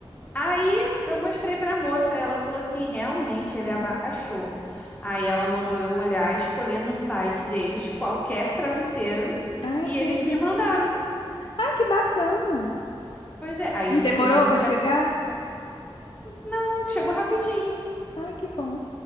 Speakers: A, on the left; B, on the left.
A: Aí eu mostrei pra moça, ela falou assim: realmente ele
B: Hum.
A: abaixou. Aí ela mandou eu olhar, escolher no site deles qualquer travesseiro
B: Ai,
A: e
B: que
A: eles
B: legal.
A: me mandaram.
B: Ai, que bacana.
A: Pois é, aí eu
B: E
A: escolhi
B: demorou
A: um,
B: pra
A: né?
B: chegar?
A: Então, chegou rapidinho.
B: Ai, que bom.